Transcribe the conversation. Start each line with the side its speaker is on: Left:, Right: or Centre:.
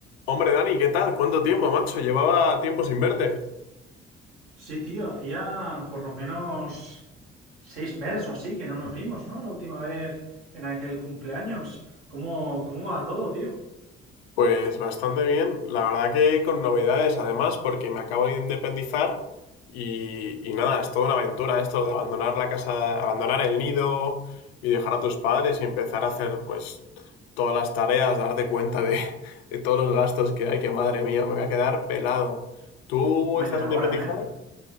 Left: Hombre, Dani, ¿qué tal? ¿Cuánto tiempo, macho? Llevaba tiempo sin verte.
Right: Sí, tío, hacía por lo menos seis meses o así que no nos vimos, ¿no? La última vez en aquel cumpleaños. ¿Cómo, cómo va todo, tío?
Left: Pues bastante bien. La verdad que con novedades, además, porque me acabo de independizar y, y nada, es toda una aventura esto de abandonar la casa, abandonar el nido y dejar a tus padres y empezar a hacer pues todas las tareas, darte cuenta de, <laughs> de todos los gastos que hay, que madre mía, me voy a quedar pelado. ¿Tú
Right: Hombre,
Left: estás
Right: ya era
Left: independizado?
Right: hora, ¿eh?